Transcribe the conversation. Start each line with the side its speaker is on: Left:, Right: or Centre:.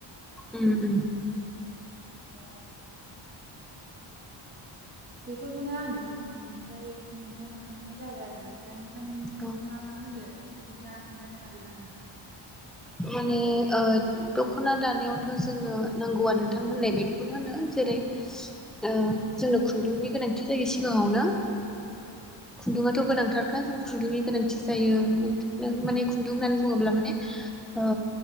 Centre: उम उम।
Right: ओमफ्राय बेफोरखौनो आं ओमफ्राय नोंथांनो खोन्थानाय जाबाय आरोना नोंथां। थांसिं
Centre: औ
Right: मा मा होनो नोंथाङा खोन्थानो हागोन नामा?
Centre: माने ओ दख'ना दानायावथ' जोंनो नांगौआ नोंथां होननाय बायदिखौनो होनो जेरै ओ जोंनो खुन्दुंनि गोनांथि जायो सिगाङावनो
Right: औ
Centre: खुन्दुङाथ गोनांथारखा जों खुन्दुंनि गोनांथि जायो नों माने खुन्दुं होननानै बुङोब्ला माने ओ